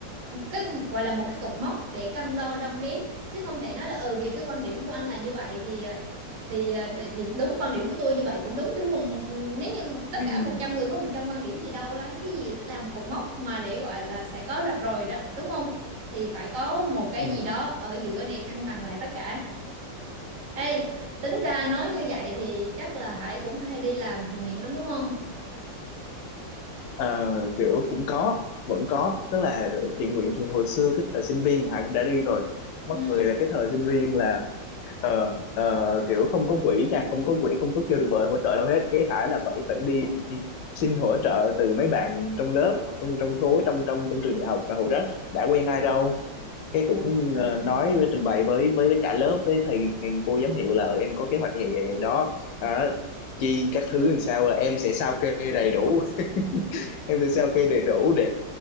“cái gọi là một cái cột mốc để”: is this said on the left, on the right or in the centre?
Right